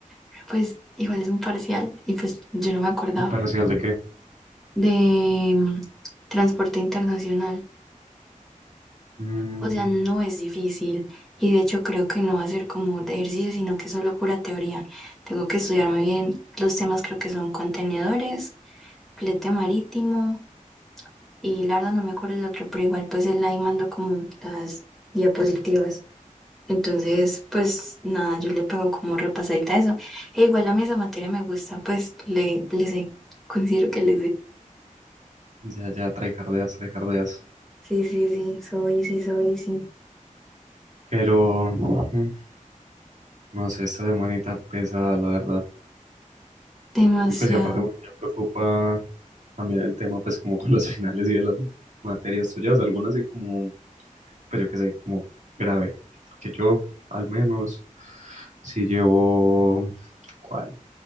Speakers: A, in the centre; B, on the right.
A: pero pues igual es un parcial y pues yo no me acordaba.
B: ¿y parcial de qué?
A: De mm, transporte internacional.
B: Mm,
A: O sea, no es difícil y de hecho creo que no va a ser como de ejercicio, sino que solo pura teoría. Tengo que estudiarme bien los temas, creo que son contenedores, flete marítimo. Y la verdad no me acuerdo el otro, pero igual pues él ahí mandó como las diapositivas. Entonces, pues nada, yo le pego como repasadita a eso. E igual a mí esa materia me gusta, pues le, le sé, considero que le sé.
B: ya, ya, tryhardeas, tryhardeas.
A: Sí, sí, sí, soy, sí, soy, sí.
B: Pero, mm, no sé, esta semanita pesa, la verdad.
A: Demasiado.
B: Y pues, y aparte, porque me preocupa también el tema, pues, como con los <laughs> finales y de las materias tuyas, algunas y como, pues yo qué sé, como grave. Que yo, al menos, si llevo, ¿cuál? ¿Cómo